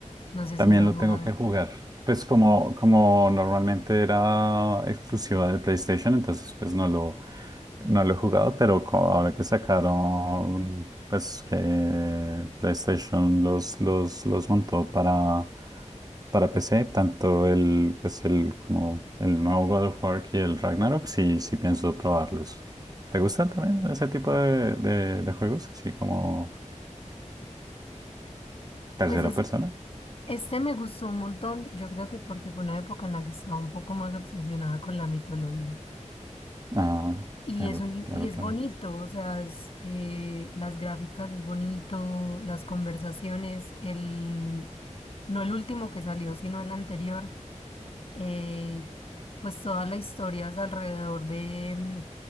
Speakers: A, on the left; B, on the right.
A: No sé
B: También
A: si lo has
B: lo
A: jugado.
B: tengo que jugar. Pues como, como normalmente era exclusiva de PlayStation, entonces pues no lo, no lo he jugado, pero co- ahora que sacaron, pues que PlayStation los, los, los montó para, para PC, tanto el, pues el, como el nuevo God of War y el Ragnarok, sí, sí pienso probarlos. ¿Te gustan también ese tipo de, de de juegos? Así como tercera
A: Pues es,
B: persona.
A: este me gustó un montón. Yo creo que porque fue una época en la que estaba un poco más obsesionada con la mitología.
B: Ah,
A: Y
B: claro,
A: es un,
B: claro,
A: y es
B: claro.
A: bonito, o sea, es, eh, las gráficas es bonito, las conversaciones, el, no el último que salió, sino el anterior, eh, pues toda la historia es alrededor de,